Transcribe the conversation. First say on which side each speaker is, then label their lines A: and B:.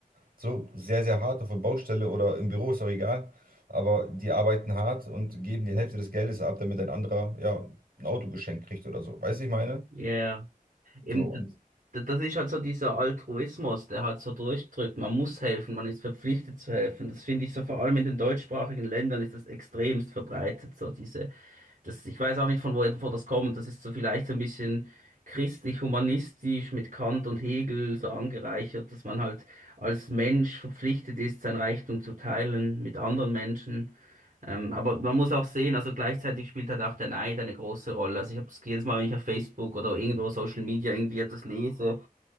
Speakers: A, on the right; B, on the right.
A: so sehr, sehr hart auf der Baustelle oder im Büro, ist auch egal. Aber die arbeiten hart und geben die Hälfte des Geldes ab, damit ein anderer ja ein Auto geschenkt kriegt oder so. Weißt du, was ich meine?
B: Ja, eben,
A: So,
B: d-
A: und
B: d- das ist halt so dieser Altruismus, der halt so durchdrückt. Man muss helfen, man ist verpflichtet zu helfen. Das finde ich so vor allem in den deutschsprachigen Ländern ist das extremst verbreitet, so diese Das, ich weiß auch nicht, von wo, wo das kommt. Das ist so vielleicht so ein bisschen christlich-humanistisch mit Kant und Hegel so angereichert, dass man halt als Mensch verpflichtet ist, sein Reichtum zu teilen mit anderen Menschen. Ähm, aber man muss auch sehen, also gleichzeitig spielt halt auch der Neid eine große Rolle. Also ich habe das jedes Mal, wenn ich auf Facebook oder irgendwo Social Media irgendwie etwas lese,